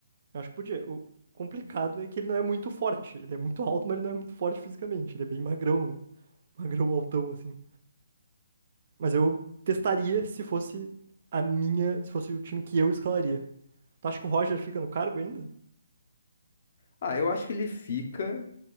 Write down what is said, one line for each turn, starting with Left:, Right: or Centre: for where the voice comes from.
Right: Eu acho que podia. O complicado é que ele não é muito forte. Ele é muito alto, mas ele não é muito forte fisicamente. Ele é bem magrão, né? <laughs> Magrão, altão, assim. Mas eu testaria se fosse a minha, se fosse o time que eu escalaria. Tu acha que o Roger fica no cargo ainda?
Left: Ah, eu acho que ele fica,